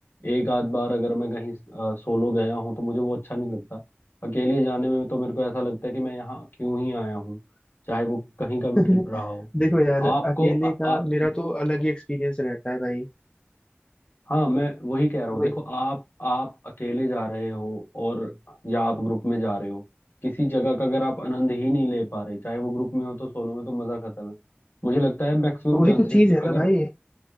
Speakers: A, on the left (about 60°); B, on the left (about 20°).
A: एक आध बार अगर मैं कहीं सोलो गया हूँ तो मुझे वो अच्छा नहीं लगता अकेले जाने में तो मेरे को ऐसा लगता है कि मैं यहाँ क्यों ही आया हूँ चाहे वो कहीं का भी
B: <laughs>
A: ट्रिप रहा हो
B: देखो यार
A: आपको
B: अकेले
A: आ, आ,
B: का मेरा तो अलग ही एक्सपीरियंस रहता है भाई
A: हाँ मैं वही कह रहा
B: तो
A: हूँ देखो
B: वही
A: आप आप अकेले जा रहे हो और या आप ग्रुप में जा रहे हो किसी जगह का अगर आप आनंद ही नहीं ले पा रहे चाहे वो ग्रुप में हो तो सोलो में तो मजा खत्म है मुझे लगता है मैक्सिमम
B: तो वही
A: चांसेस
B: तो चीज है
A: अगर
B: ना भाई